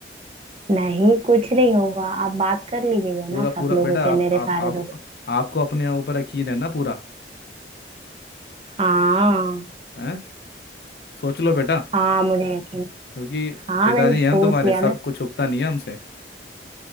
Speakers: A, on the right; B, on the left.
A: नहीं कुछ नहीं होगा आप बात कर लीजिएगा
B: पूरा
A: ना सब
B: पूरा
A: लोगों
B: बेटा
A: से
B: आप
A: मेरे
B: आप
A: सारे
B: आप
A: दोस्त
B: आपको अपने ऊपर यकीन है ना पूरा
A: हाँ
B: हैं सोच लो बेटा
A: हाँ मुझे यकीन
B: क्योंकि
A: हाँ
B: पिताजी
A: मैंने सोच
B: हैं हम तुम्हारे
A: लिया
B: सब
A: मैं
B: कुछ छुपता नहीं है हमसे